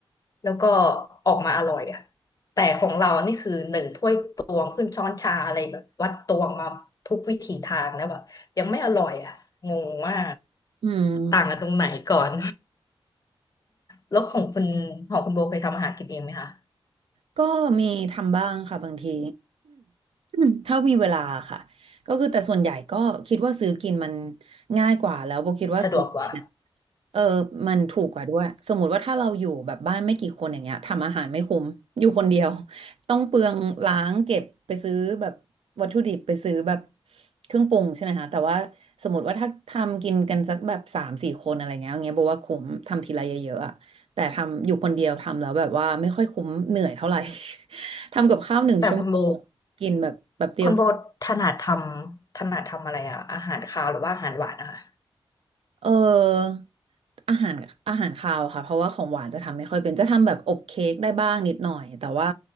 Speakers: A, on the left; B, on the right.
A: แล้วก็ออกมาอร่อยอ่ะแต่ของเรานี่คือหนึ่งถ้วยตวงขึ้นช้อนชาอะไรแบบวัดตวงมาทุกวิถีทางแล้วแบบยังไม่อร่อยอ่ะงงว่า
B: อืม
A: กต่างกันตรงไหนก่อน แล้วของคุณของคุณโบเคยทำอาหารกินเองไหมคะ
B: ก็มีทำบ้างค่ะบางที <clears throat> ถ้ามีเวลาค่ะก็คือแต่ส่วนใหญ่ก็คิดว่าซื้อกินมันง่ายกว่าแล้วโบคิดว่าซื้อกิน
A: สะดวกกว่า
B: เออมันถูกกว่าด้วยสมมุติว่าถ้าเราอยู่แบบบ้านไม่กี่คนอย่างเงี้ยทำอาหารไม่คุ้มอยู่คนเดียวต้องเปลืองล้างเก็บไปซื้อแบบวัตถุดิบไปซื้อแบบเครื่องปรุงใช่ไหมคะแต่ว่าสมมติว่าถ้าทำกินกันสักแบบสามสี่คนอะไรเงี้ยอย่างเงี้ยบอกว่าคุ้มทำทีละเยอะๆอะ แต่ทำอยู่คนเดียวทำแล้วแบบว่าไม่ค่อยคุ้มเหนื่อยเท่าไหร่ <laughs> ทำกับข้าวหนึ่งชั่วโมงกินแบบแบบเดียวเสร็จ
A: แต่คุณโบคุณโบถนัดทำถนัดทำอะไรอะอาหารคาวหรือว่าอาหารหวานนะคะ
B: เอออาหารอาหารคาวค่ะเพราะว่าของหวานจะทำไม่ค่อยเป็นจะทำแบบอบเค้กได้บ้างนิดหน่อยแต่ว่า